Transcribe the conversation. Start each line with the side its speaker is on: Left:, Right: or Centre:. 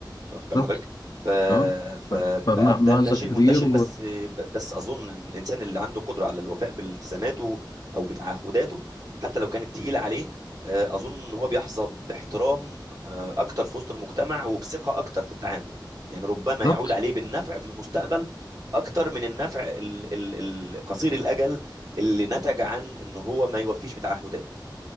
Right: واخد بال
Left: بالظبط
Right: حضرتك ف
Left: اه
Right: فبقى
Left: ف- فمع مأزق
Right: ده, ده شيء
Left: كبير
Right: منتشر بس ب- بس اظن إن الانسان اللي عنده قدره على الوفاء بالتزاماته او بتعهداته حتى لو كانت تقيله عليه آه، اظن ان هو بيحظى باحترام آه، اكتر في وسط المجتمع وبثقه اكتر في التعامل يعني ربما
Left: وبالظبط
Right: يعود عليه بالنفع في المستقبل اكتر من النفع ال- ال- ال- قصير الاجل اللي نتج عن ان هو ما يوفيش بتعهداته